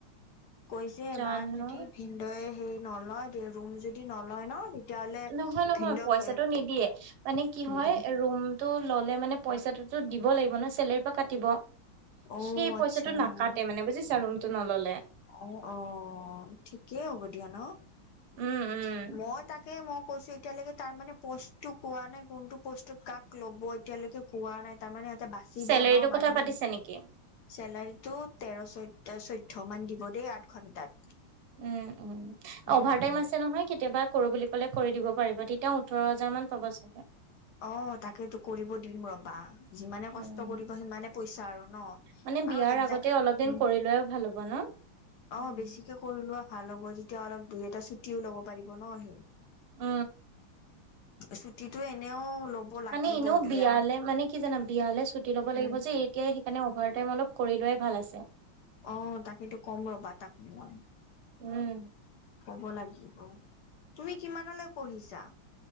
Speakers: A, on the left (about 70°); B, on the right (about 75°).
A: কৈছে
B: জানো
A: বাৰ যদি ভিদৰে হে নলয় দে ৰুম যদি নলয় ন' তেতিয়াহ'লে
B: নহয় নহয়
A: ভিনদক
B: পইচাটো নিদিয়ে মানে কি
A: নিদিম
B: হয় ৰুমতটো ল'লে মানে পইচাটোতো দিব লাগিব ন চেলেৰীৰ পৰা কাটিব।
A: অ
B: সেই
A: আচ্ছা
B: পইচাটো নাকাটে মানে বুজিছা ৰুমতটো নল'লে।
A: অ', অ', ঠিকেই হ'ব দিয়া ন'।
B: উম উম
A: মই তাকে মোক কৈছো এতিয়ালৈকে তাৰ মে পষ্টটো কোৱা নাই কোনটো প'ষ্টত কাক ল'ব এতিয়ালৈকে কোৱা নাই তাৰ মানে। এ বাচিব
B: চেলেৰিটো
A: ন' মানুহ
B: কথা পাতিছে নেকি?
A: চেলাৰীটো তেৰ চৈধ চৈধ্য মান দিব দেই আঠ ঘণ্টাত
B: উম উম
A: উম
B: অভাৰ টাইম আছে নহয় কেতিয়াবা। কৰো বুলি ক'লে কৰি দিব পাৰিব তেতিয়াও ওঠৰ হাজাৰ মান পাব চাগে।
A: অ', তাকেইটো কৰিব দিম ৰ'বা। যিমানে
B: উম
A: কষ্ট কৰিব সিমানে পইচা আৰু ন'
B: মানে বিয়াৰ
A: আৰু এক
B: আগতে
A: জাগাত
B: অলপ দিন
A: উম
B: কৰি লোৱাই ভাল হ'ব ন? উম
A: অ বেছিকে কৰি লোৱা ভাল হ'ব যেতিয়া অলপ দুই এটা ছুটিও লব পাৰিব ন সি
B: উ।
A: ছুটীটো এনেও লাগিব
B: মানে এনেও
A: দিয়াৰ
B: বিয়ালে মানে কি জানা বিয়ালে ছুটি ল'ব
A: উম
B: লাগিব যে এতিয়াই সেইকাৰণে অভাৰ ম অলপ কৰি লোৱাই ভাল আছে
A: অ', তাকো কম ৰ'বা তাকো মই,
B: উম
A: ক'ব লাগ তুমি কিমানলৈ পঢ়িছা